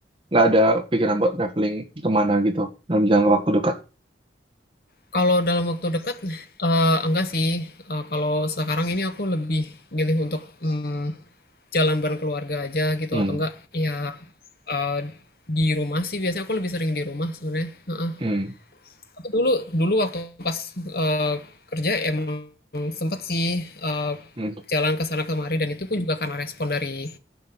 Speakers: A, on the right (about 30°); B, on the left (about 55°).
A: nggak ada pikiran buat traveling kemana gitu dalam jangka waktu dekat?
B: Kalau dalam waktu dekat, eee, enggak sih, eee, kalau sekarang ini aku lebih milih untuk, mmm, jalan bareng keluarga aja gitu
A: Hmm,
B: atau enggak ya, eee, di rumah sih biasanya aku lebih sering di rumah sebenarnya, heeh.
A: hmm,
B: Aku dulu dulu waktu pas, eee, kerja emang sempet sih, eee,
A: hmm,
B: jalan ke sana kemari dan itu pun juga karena respon dari